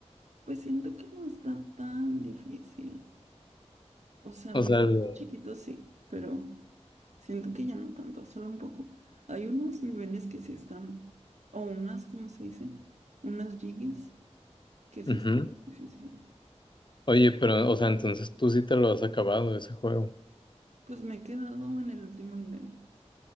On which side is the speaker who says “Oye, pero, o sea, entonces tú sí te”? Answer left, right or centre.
Left